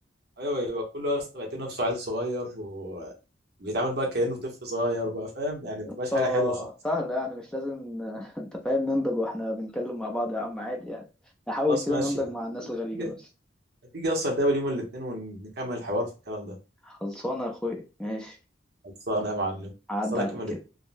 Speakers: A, on the right; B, in the centre.
A: ايوه يبقى كله يا اسطى بيعتبر نفسه عيل صغير وبيتعامل بقى كانه طفل صغير بقى فاهم يعني ما
B: يا
A: بتبقاش
B: اسطى
A: حاجه حلوه خالص
B: سهلة يعني مش لازم <laughs> آه، انت فاهم ننضج واحنا بنتكلم مع بعض يا عم عادي يعني نحاول
A: خلاص
B: كده
A: ماشي
B: ننضج
A: يعني
B: مع الناس
A: هتيجي
B: الغريبة بس
A: هتيجي اصلا نتقابل يوم الاثنين ونكمل الحوار في الكلام ده
B: خلصانة يا اخويا ماشي
A: خلصانه يا معلم
B: عدى
A: خلصانه
B: عليك
A: يوم الاثنين
B: كده